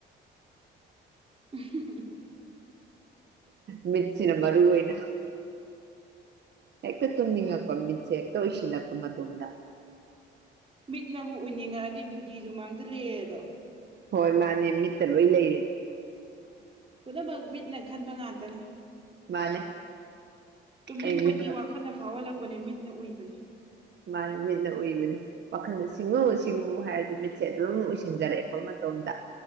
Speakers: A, on the right; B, on the right.
A: <inaudible>
B: ꯃꯤꯠꯁꯤꯅ ꯃꯔꯨ ꯑꯣꯏꯅ ꯍꯦꯛꯇ ꯇꯨꯝꯅꯤꯡꯉꯛꯄ ꯃꯤꯠꯁꯦ ꯍꯦꯛꯇ ꯎꯏꯁꯤꯜꯂꯛꯄ ꯃꯇꯣꯝꯗ
A: ꯃꯤꯠꯅꯕꯨ ꯎꯏꯅꯤꯡꯉꯛꯑꯗꯤ ꯕꯨꯙꯤꯁꯨ ꯃꯡꯖꯤꯟꯂꯀꯦ ꯗꯣ
B: ꯍꯣꯏ ꯃꯥꯅꯦ ꯃꯤꯠꯇ ꯂꯣꯏ ꯂꯩꯔꯤ
A: ꯄꯨꯝꯅꯃꯛ ꯃꯤꯠꯅ ꯈꯟꯕ ꯉꯥꯛꯇꯅꯤ
B: ꯃꯥꯅꯦ
A: ꯇꯨꯝꯅꯤꯡꯕꯗꯤ
B: ꯑꯩ ꯃꯤꯠꯅ
A: ꯋꯥꯈꯜꯅ ꯐꯥꯎꯍꯜꯂꯛꯄꯅꯦ ꯃꯤꯠꯅ ꯎꯏꯕꯅꯦ
B: ꯃꯥꯅꯦ ꯃꯤꯠꯅ ꯎꯏꯕꯅꯤ ꯋꯥꯈꯟꯅ ꯁꯤꯡꯉꯨ ꯁꯤꯡꯉꯨ ꯍꯥꯏꯔꯁꯨ ꯃꯤꯠꯁꯦ ꯑꯗꯨꯝ ꯎꯏꯁꯤꯟꯖꯔꯛꯑꯦꯀꯦ ꯃꯇꯣꯝꯗ